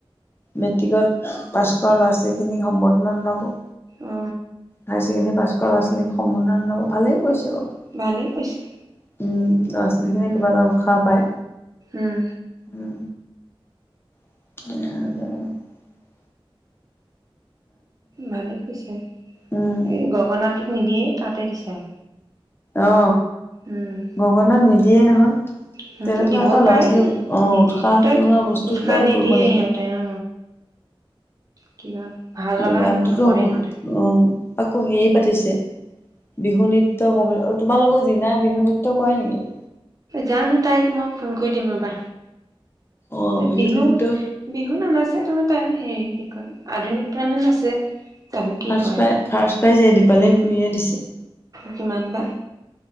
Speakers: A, on the left (about 25°); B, on the right (about 35°).
A: মেট্ৰিকত পাছ কৰা ল'ৰা ছোৱালীখিনিক সম্বৰ্ধনা জনাব।
B: অ
A: হায় ছেকেডোৰী পাছ কৰা ল'ৰা ছোৱালী খিনিক সম্বধনা জনাব ভালেই কৰিছে। উম
B: ভালেই কৈছে
A: লৰা ছালীখিনি
B: উম
A: কিবা এটা উৎসাহ পায়
B: উম
A: উম। উ
B: ভালে কৈছে
A: উম,
B: এই গগনাটোত নিদিয়ে। তাতে দিছে আৰু।
A: অ
B: উম
A: গগনাত নিদিয়েই নহয়
B: সিহঁতে
A: তেনেকুৱা
B: দিবও
A: এটা ল'ৰা
B: পাৰে
A: ছোৱালী আহ
B: নিদিয়ে
A: উৎসাহ
B: সিহঁতে
A: জনোৱা বস্তু
B: উৎসাহ
A: কিবা এটা
B: নিদিয়ে
A: কৰিব লাগে।
B: সিহঁতে অ কিবা ভাল লগা
A: গানটোতো
B: একো নকৰে
A: হ'ব
B: সিহঁতে
A: অ আকৌ হেই পাতিছে বিহু নৃত্যক তোমালোকৰ যিনাই বিহু নৃত্য কৰে নেকি।
B: জানো তাইক মই ফোন কৰি দিম ৰবা।
A: অ',
B: ত বিহু
A: নৃত্য
B: বিহু নানাচে। হেই টো কাৰনে তাই হেই কি কয় আধুনিক গান নাচে। জানো কি
A: ফ্ৰাছ
B: কৰে
A: পাই ফ্ৰাছ। প্ৰাইজ দিপালি খুৰিয়ে দিছে।
B: কিমান বা।